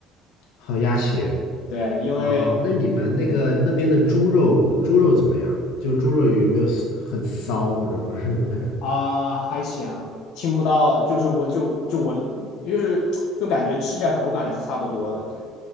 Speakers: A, on the left (about 80°); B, on the left (about 70°).
A: 好鸭血
B: 对，因为
A: 哦，那你们那个那边的猪肉，
B: 嗯
A: 猪肉怎么样？就是猪肉有有没有骚很骚，或者说是怎么样？
B: 啊、还行，听不到，就是我就就闻，就是就感觉吃起来口感还是差不多的，对。